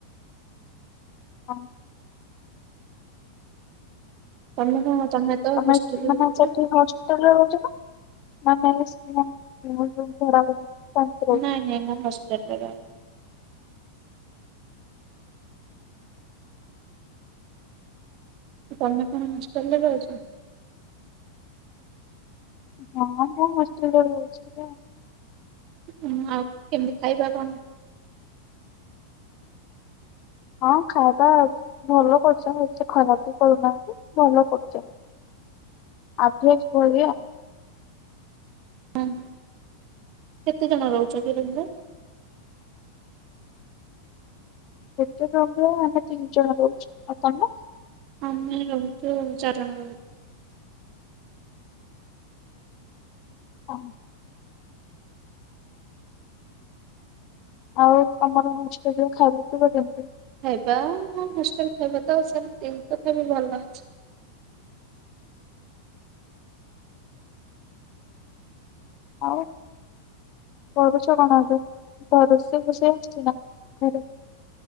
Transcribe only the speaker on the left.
ହଁ।
ତମେ
ମାନେ
ସେଠି ହଷ୍ ହଷ୍ଟେଲରେ ରହୁଚ ନା ନା ମେସ୍ ନା <unintelligible> ଭଡା <unintelligible>
ହଁ ମୁଁ ହଷ୍ଟେଲରେ ରହୁଚି ଏବେ।
ହଁ ଖାଇବା ଭଲ କରୁଛନ୍ତି ଏଠି ଖରାପ ବି କରୁନାହାନ୍ତି ଭଲ କରୁଚ ଆଭରେଜ୍ ଭଳିଆ।
କେତେ ଜଣ ରହୁ ଆମେ ତିନ୍ ଜଣ ରହୁଚୁ ଆଉ ତମେ?
ଅହଁ। ଆଉ ତମର ହଷ୍ଟେଲର ଖାଇବି ପିଇବା କେମତି?
ଆଉ? କରୁଚ କଣ ଏବେ କଁ ରୋଷେଇ ଫୋସେଇ ଆସଚି ନା ଘରେ?